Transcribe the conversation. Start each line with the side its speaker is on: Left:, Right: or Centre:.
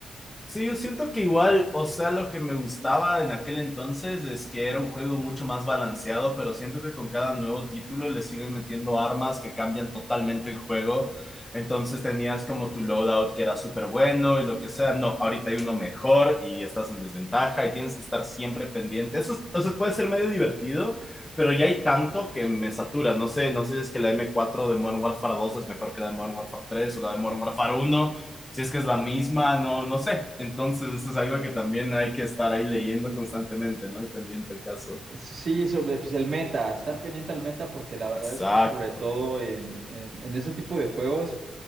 Left: Sí, yo siento que igual, o sea, lo que me gustaba en aquel entonces es que era un juego mucho más balanceado, pero siento que con cada nuevo título le siguen metiendo armas que cambian totalmente el juego. Entonces tenías como tu loadout que era súper bueno y lo que sea. No, ahorita hay uno mejor y estás en desventaja y tienes que estar siempre pendiente. Eso, es- o sea, puede ser medio divertido, pero ya hay tanto que me satura. No sé, no sé si es que la m cuatro de Modern Warfare dos es mejor que la de Modern Warfare tres o la de Modern Warfare uno si es que es la misma, no, no sé. Entonces, eso es algo que también hay que estar ahí leyendo constantemente, ¿no? Y pendiente el caso.
Right: Sí, sobre pues, el meta, estar pendiente al meta, porque la verdad
Left: Exacto.
Right: es que sobre todo en, en, en ese tipo de juegos,